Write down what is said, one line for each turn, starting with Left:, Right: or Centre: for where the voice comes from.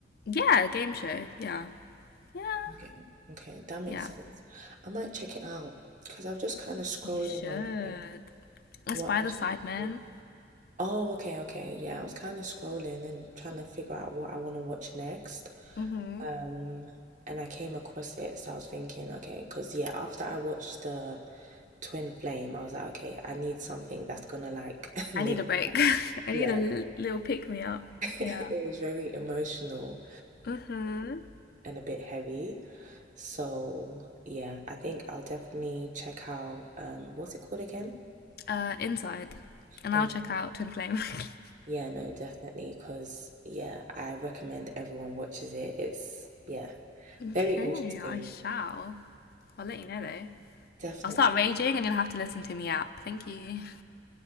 Left: Yeah, a game show. Yeah. Yeah.
Right: Okay. Okay, that makes
Left: Yeah.
Right: sense. I might check it out because I was just kind of scrolling
Left: You should.
Right: on like
Left: Let's
Right: what
Left: buy
Right: I
Left: the
Right: should
Left: side man.
Right: see. Oh, okay, okay. Yeah, I was kind of scrolling and trying to figure out what I want to watch next.
Left: Mm-hmm.
Right: Um, and I came across it, so I was thinking, okay, because yeah, after I watched the Twin Flame, I was like, okay, I need something that's gonna like <laughs> make,
Left: I need a break. <laughs> I
Right: yeah.
Left: need a l- little pick me up.
Right: <laughs>
Left: Yeah.
Right: It was very emotional
Left: Mm-hmm.
Right: and a bit heavy. So yeah, I think I'll definitely check out um what's it called again?
Left: Uh, inside. And
Right: And
Left: I'll check out Twin Flame. <laughs>
Right: yeah, no, definitely, because yeah, I recommend everyone watches it. It's yeah,
Left: okay,
Right: very interesting.
Left: I shall. I'll let you know though.
Right: Definitely.
Left: I'll start raging and you'll have to listen to me up. Thank you.